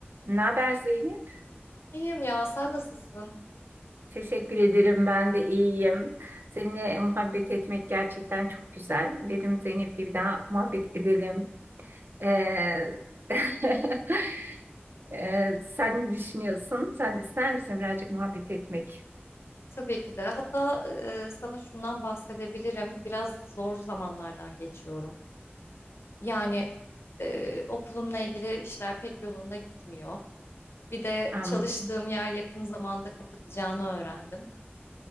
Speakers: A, on the right; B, on the left.
A: Ne haber Zeynep?
B: İyiyim ya, sen nasılsın?
A: Teşekkür ederim. Ben de iyiyim. Seninle muhabbet etmek gerçekten çok güzel. Dedim Zeynep'le bir daha muhabbet edelim. Ee, <laughs> ee, sen ne düşünüyorsun? Sen de ister misin birazcık muhabbet etmek?
B: Tabii ki de. Hatta e, sana şundan bahsedebilirim. Biraz zor zamanlardan geçiyorum. Yani e, okulumla ilgili işler pek yolunda gitmiyor. Bir de
A: An-
B: çalıştığım yer yakın zamanda kapatacağını öğrendim.